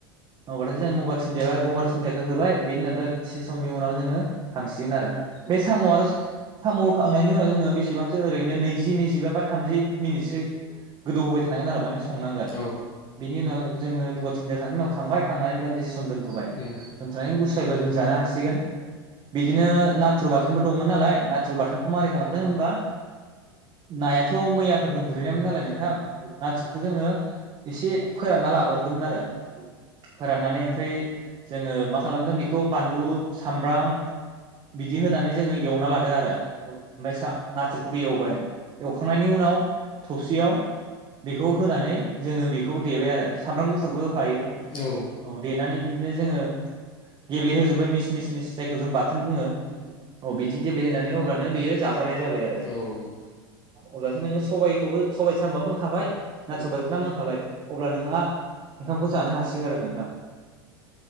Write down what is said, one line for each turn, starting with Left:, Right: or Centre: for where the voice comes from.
Right: होमबाथाय जों मगा थुनदिया गंगार थुनदियाखौ होबाय बेनि उनसे समनि उनाव जोंङो खांसिगोन आरो बे साम आरो साम होखांनायनि उनाव जोंङो बेसेबांसो ओरैनो नैजि नैजिबा बा थामजि मिनिटसो गोदौ होबाय थानांगोन आरो माने संनांगोन
Left: साम' आरो
Right: बिनि उनाव जोंङो मुगा थुनदिया होनायनि उनाव खांबाय खांनानै दानदिसे सम दोन्थबाय
Left: बिदिनो
Right: दोन्थनानै गुसु जायोब्ला जों जानो हासिगोन बिदिनो नाथुर बाथोनबो दंमोन नालाय ना नाथुर बाथोनखौ मोरै खालामदों होनबा नायाथ मैयाफोरनो गुरहैनायोन नालाय नोंथां नाथुरखौ जोंङो एसे फोरानना लाग्रोदोंमोन आरो फोराननानै ओमफ्राय जोंङो मा खालामदों बेखौ बानलु सामब्राम बिदि होनानै जोंङो एवना लादो आरो फ्रा ओमफाय सा नाथुरखौबो एवबाय एवखांनायनि उनाव थौवसियाव बेखौ होनानै जोंङो बेखौ देबाय आरो सामब्राम गुफुरबो होफायो
Left: जोङो
Right: देनानै बिदिनो जोंङो गेब्लेहोजुबाय मिस मिस मिस जायखौ जों बाथोन बुङो। अ बेदि गेब्लेहोना देनानै अब्लानो बेयो जाजानाय जाबाय आरो
Left: नाथुर बाथोना
Right: अब्लासो नोङो सबबायखौबो सबाय सामुआबो मोनखाबाय नाथुरबाथोन आबो मोनखाबाय अब्ला नोंहा औंखामखौ जानो हासिगोन आरो नोंथां।